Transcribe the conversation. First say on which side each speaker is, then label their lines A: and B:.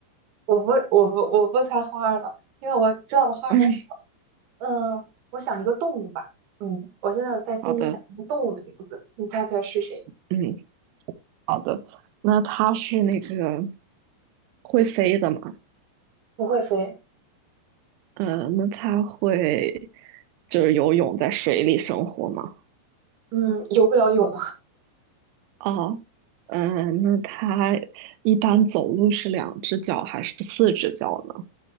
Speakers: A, on the right; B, on the right.
A: 我不，我不，我不猜花儿了，因为我知道的花儿很少。
B: 嗯，
A: 嗯，我想一个动物吧。嗯，我现在在心里想一个动物的名字，
B: 好的，
A: 你猜猜是谁？
B: 嗯，好的。那它是那个会飞的吗？
A: 不会飞，
B: 呃，那它会就是游泳在水里生活吗？
A: 嗯，游不了泳，
B: 哦，嗯，那它一般走路是两只脚还是四只脚呢？